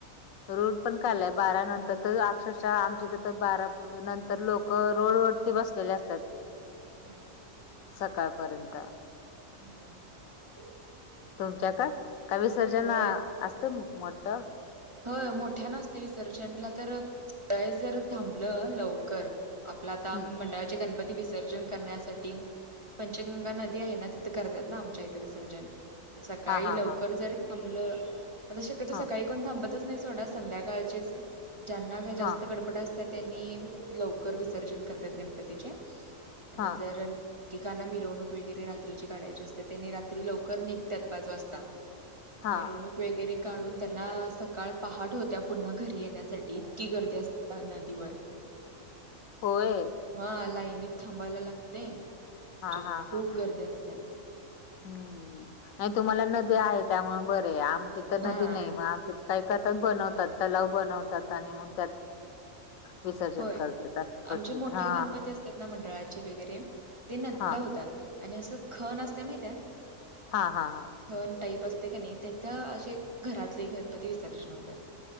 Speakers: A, on the left (about 80°); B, on the right (about 25°).
A: रुल पण काढलाय बारा नंतर तर अक्षरशः आमच्या इथं तर बारा नंतर लोक रोड वरती बसलेले असत्यात
B: हम्म
A: सकाळपर्यंत
B: हम्म हम्म
A: तुमच्याकंड का विसर्जन
B: होय
A: असतंय मोठं
B: होय मोठ्यानं असतंय विसर्जनला तर हे जर थांबलं लवकर आपलं आता
A: हम्म
B: मंडळाचे गणपती विसर्जन करण्यासाठी पंचगंगा नदी आहे ना करतात ना आमच्या इथं विसर्जन सकाळी
A: हा हा
B: लवकर
A: हा
B: जर थांबलं आता शक्यतो सकाळी
A: हा
B: कोण थांबतच नाही सोडा संध्याकाळचेच ज्यांना का जास्त
A: हा
B: गडबड अस तर त्यांनी लवकर विसर्जन करत्यात गणपतीचे आणि
A: हा
B: जर एकेकांना मिरवणूक वगैरे रात्रीची काढायची असत्या त्याने रात्री लवकर निघत्यात पाच वाजता
A: हा
B: मिरवणूक. वगैरे काढून त्यांना सकाळ पहाट होत्या पुन्हा घरी येण्यासाठी इतकी गर्दी अस त्या नदीवर
A: होय
B: हा लाईनीत थांबायला लागतंय म्हणजे
A: हा हा
B: खूप
A: हा
B: गर्दी असत्या
A: हम्म नाही तुम्हाला नदी आहे त्यामुळे बरे आहे आमची तर
B: हा
A: नदी नाही मग आम काय करतात बनवतात तलाव बनवतात आणि मग त्यात विसर्जन
B: होय
A: करतात असं करतात
B: आमचे मोठे
A: हा
B: गणपती असतात ना मंडळाचे वगैरे ते नदीला
A: हा
B: होतात आणि असं खण असत्या माहित्या.
A: हा हा हा.
B: खण टाईप असते का नाही तिथं अशे घरातले गणपती विसर्जन होतात